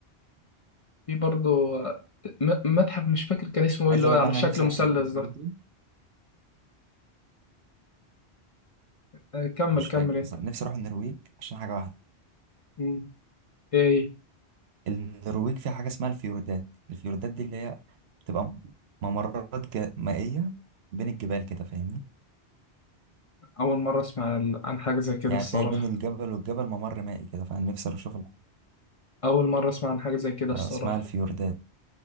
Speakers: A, on the left; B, on the right.
A: في برضو م... متحف مش فاكر كان اسمه ايه
B: عايز
A: اللي
B: اقول
A: هو على
B: لك بقى إن
A: شكل
B: انا نفسي
A: مثلث
B: اروح النرويج
A: ده
B: برضه
A: آه، كمل
B: أنا مش
A: كمل
B: فاكر
A: انت
B: بالظبط نفسي اروح النرويج عشان حاجه واحده
A: مم. ايه إيه.
B: النرويج فيها حاجه اسمها الفيوردات الفيوردات دي اللي هي بتبقى ممرات جا- مائيه بين الجبال كده فاهمني
A: اول مرة اسمع عن عن حاجة زي كده
B: يعني
A: الصراحة
B: هتلاقي بين الجبل والجبل ممر مائي كده فانا نفسي أروح اشوف ال-
A: اول مرة اسمع عن حاجة زي كده
B: آه،
A: الصراحة
B: اسمها الفيوردات